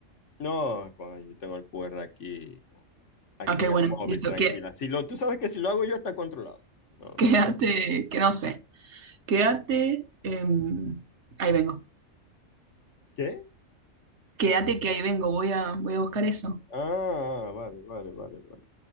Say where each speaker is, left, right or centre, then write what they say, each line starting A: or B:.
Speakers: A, on the left (about 65°); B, on the right (about 65°).
A: No, coño, yo tengo el QR aquí, aquí
B: Ok,
A: en el
B: bueno,
A: móvil,
B: listo,
A: tranquila.
B: que,
A: Si lo, tú sabes que si lo hago yo está controlado. No, no
B: quédate,
A: te preocupes.
B: que no sé, quédate, em, ahí vengo,
A: ¿Qué?
B: quédate que ahí vengo, voy a, voy a buscar eso.
A: Ah, vale, vale, vale, vale.